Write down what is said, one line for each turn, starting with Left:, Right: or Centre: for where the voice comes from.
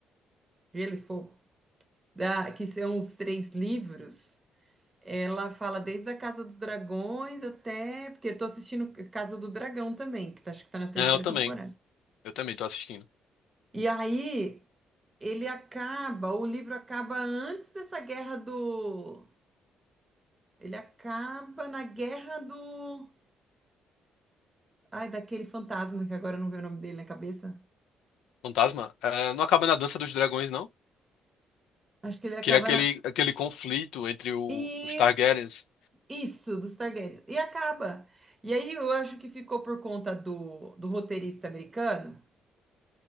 Right: Gelo e Fogo, da, que são os três livros. Ela fala desde a Casa dos Dragões até. Porque eu tô assistindo Casa do Dragão também, que tá, acho que tá na terceira
Left: É, eu também.
Right: temporada.
Left: Eu também tô assistindo.
Right: E aí, ele acaba, o livro acaba antes dessa guerra do. Ele acaba na guerra do. Ai, daquele fantasma que agora não vê o nome dele na cabeça.
Left: Fantasma, é, não acaba na Dança dos Dragões, não?
Right: Acho que ele acaba
Left: Que é aquele,
Right: na.
Left: aquele conflito entre o-
Right: Isso,
Left: os Targaryens,
Right: isso, dos Targaryen. E acaba. E aí eu acho que ficou por conta do, do roteirista americano.